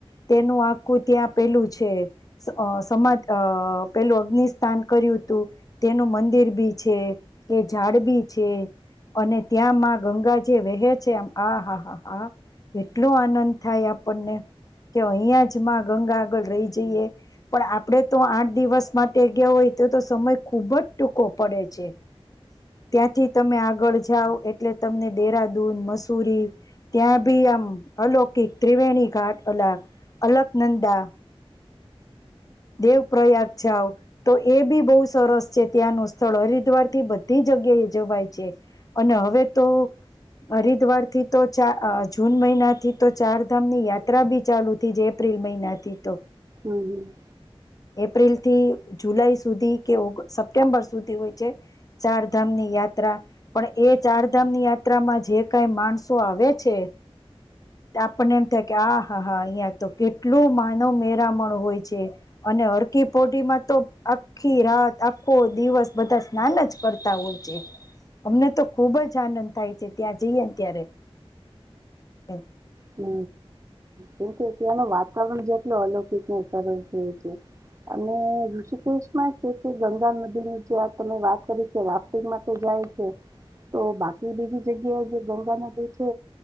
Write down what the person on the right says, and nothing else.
હમ હમ.
હ કેમકે ત્યાંનું વાતાવરણ જેટલું અલૌકિકને સરળ થ છે, અને ઋષિકેશમાં છે કે ગંગા નદી ની જં તમે વાત કરી છે રાફ્ટિંગ માટે જાય છે, તો બાકી બીધી જગ્યાએ જે ગંગા નદી છે